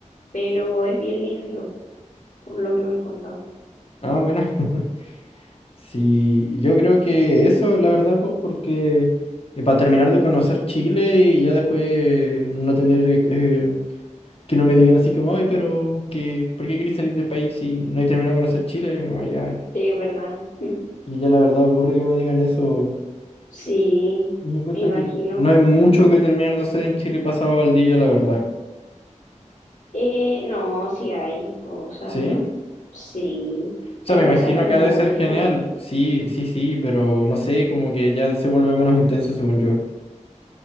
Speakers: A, on the left; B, on the left.
A: pero es bien lindo. por lo que me han contado.
B: Ah, bueno. <laughs> Sí, yo creo que eso, la verdad, pues porque eh, para terminar de conocer Chile y ya después no tener eh, eh, que no me digan así como, ay, pero que, ¿por qué querés salir del país si no he terminado de conocer Chile? Como, ya,
A: Sí, es verdad. <laughs>
B: y ya la verdad aburre que me digan eso.
A: Sí,
B: Yo encuentro
A: me imagino.
B: que no hay mucho que terminar de hacer en Chile pasado Valdivia, la verdad.
A: Eh, no, sí hay cosas.
B: ¿Sí?
A: Sí,
B: O sea,
A: hay
B: me
A: paisajes
B: imagino
A: muy
B: que ha de
A: bonitos.
B: ser genial. Sí, sí, sí, pero no sé, como que ya se vuelve menos intenso según yo.